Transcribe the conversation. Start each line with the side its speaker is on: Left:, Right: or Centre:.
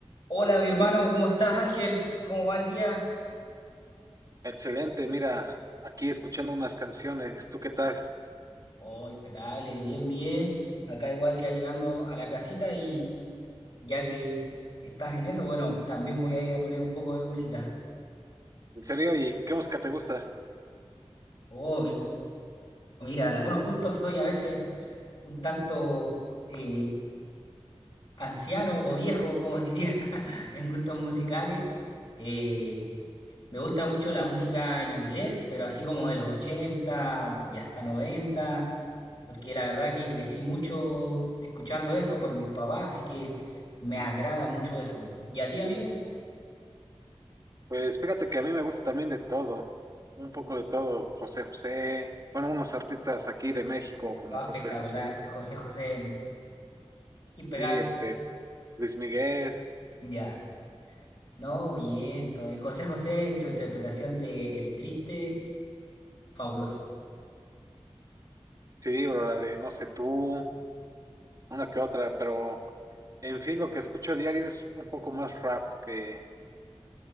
Left: Hola, mi hermano, ¿cómo estás, Ángel? ¿Cómo va el día?
Right: Excelente, mira, aquí escuchando unas canciones, ¿tú qué tal?
Left: Oh, impecable, bien, bien. Acá igual ya llegando a la casita y ya que estás en eso, bueno, también voy a ir a poner un poco de música.
Right: ¿En serio? ¿Y qué música te gusta?
Left: Oh, mi- mira, la- algunos gustos soy a veces un tanto eh, anciano o viejo, como diría, <laughs> en gustos musicales. Eh, Me gusta mucho la música en inglés, pero así como de los 80 y hasta 90 porque la verdad que crecí mucho escuchando eso por mis papás, así que me agrada mucho eso. ¿Y a ti, amigo?
Right: Pues fíjate que a mí me gusta también de todo, un poco de todo, José José, bueno, unos artistas aquí de México como
Left: No, espectacular.
Right: José José,
Left: José José, impecable.
Right: sí, este, Luis Miguel,
Left: Ya. No, bien, todo bien. José José en su interpretación de El Triste, fabuloso.
Right: sí, bro, la de No sé tú, una que otra, pero en fin, lo que escucho a diario es un poco más rap que,